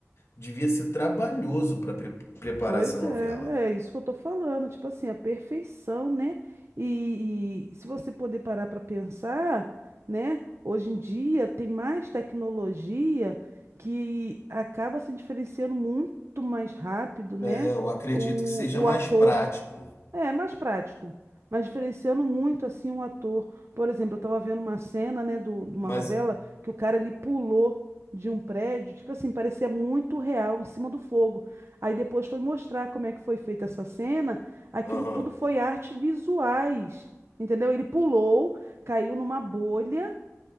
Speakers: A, on the left (about 60°); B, on the right (about 55°).
A: devia ser trabalhoso para preparar
B: Pois
A: essa novela.
B: é, é isso que eu tô falando, tipo assim, a perfeição, né? E, e se você poder parar pra pensar, né? Hoje em dia tem mais tecnologia que acaba se diferenciando muito mais rápido, né?
A: É, eu acredito
B: O,
A: que seja
B: o
A: mais
B: ator.
A: prático,
B: É, mais prático, mas diferenciando muito assim um ator. Por exemplo, eu tava vendo uma cena, né, do, de uma
A: mas
B: novela que o cara ele pulou de um prédio, tipo assim, parecia muito real em cima do fogo. Aí depois foi mostrar como é que foi feita essa cena, aquilo
A: aham,
B: tudo foi arte visuais. Entendeu? Ele pulou, caiu numa bolha